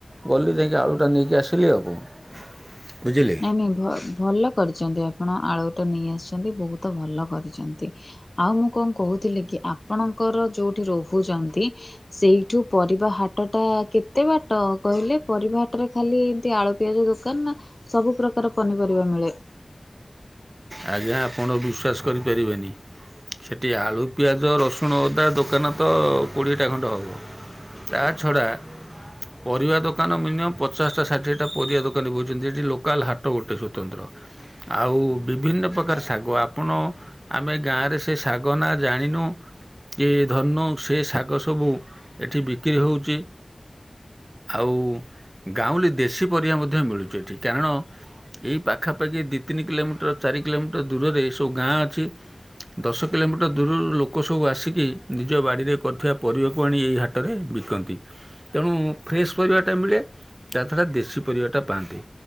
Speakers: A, on the right; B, on the left.
A: ଗଲି ଯାଇକି ଆଳୁଟା ନେଇକି ଆସିଲି ଆଉ କଣ ବୁଝିଲେ।
B: ନାଇ ଭ ଭଲ କରିଛନ୍ତି ଆପଣ ଆଳୁଟା ନେଇ ଆସିଛନ୍ତି ବହୁତ ଭଲ କରିଛନ୍ତି। ଆଉ ମୁଁ କଣ କହୁଥିଲି କି ଆପଣଙ୍କର ଯୋଉଠି ରହୁଛନ୍ତି। ସେଇଠୁ ପରିବା ହାଟ ଟା କେତେ ବାଟ କହିଲେ, ପରିବା ହାଟରେ ଖାଲି ଏମତି ଆଳୁ ପିଆଜ ଦୋକାନ ନା ସବୁ ପ୍ରକାର ପନିପରିବା ମିଳେ।
A: ଆଜ୍ଞା ଆପଣ ବିଶ୍ୱାସ କରିପାରିବେନି। ସେଠି ଆଳୁ ପିଆଜ ରସୁଣ ଅଦା ଦୋକାନ ତ କୋଡ଼ିଏଟା ଖଣ୍ଡେ ହବ। ତା ଛଡ଼ା ପରିବା ଦୋକାନ ମିନିମମ୍ ପ ପଚାସଟା ଷାଠିଏଟା ପରିବା ଦୋକାନୀ ବଉଛନ୍ତି ଏଠି ଲୋକାଲ୍ ହାଟ ଗୋଟେ ସ୍ୱତନ୍ତ୍ର। ଆଉ ବିଭିନ୍ନ ପ୍ରକାର ଶାଗ, ଆପଣ ଆମେ ଗାଁରେ ସେ ଶାଗ ନା ଜାଣିନୁ କି ଧରିନିଉ ସେ ଶାଗ ସବୁ ଏଠି ବିକ୍ରି ହଉଛି। ଆଉ ଗାଉଁଲି ଦେଶୀ ପରିବା ମଧ୍ୟ ମିଳୁଛି ଏଠି, କାରଣ ଏଇ ପାଖାପାଖି ଦି ତିନି କିଲୋମିଟର ଚାରି କିଲୋମିଟର ଦୂରରେ ଏ ସବୁ ଗାଁ ଅଛି। ଦଶ କିଲୋମିଟର ଦୂରରୁ ଲୋକ ସବୁ ଆସିକି, ନିଜ ବାଡ଼ିରେ କରୁଥିବା ପରିବାକୁ ଆଣି ଏହି ହା ହାଟରେ ବିକନ୍ତି। ତେଣୁ ଫ୍ରେଶ୍ ପରିବାଟା ମିଳେ, ତାଛଡା ଦେଶୀ ପରିବାଟା ପାଆନ୍ତି।